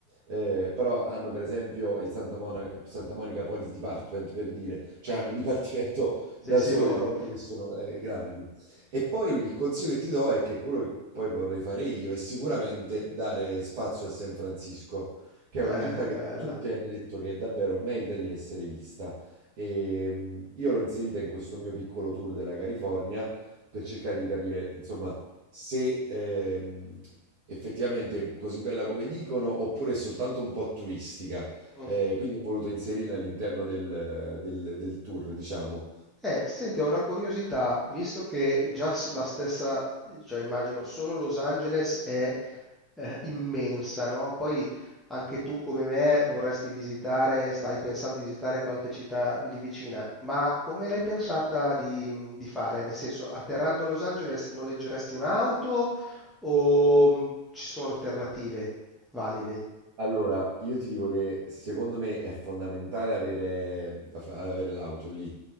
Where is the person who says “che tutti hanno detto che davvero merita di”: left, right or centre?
Right